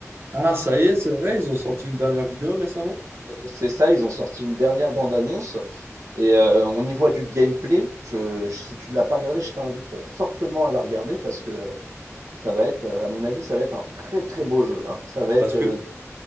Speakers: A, on the right; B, on the right.
A: Ah, ça y est, c'est vrai, ils ont sorti une dernière vidéo récemment.
B: Euh, C'est ça, ils ont sorti une dernière bande-annonce et euh, on y voit du gameplay. Je, je- si tu l'as pas regardé, je t'invite fortement à la regarder parce que Ça va être, euh, à mon avis, ça va être un très très beau jeu. hein. Ça va être.
A: Parce
B: euh,
A: que,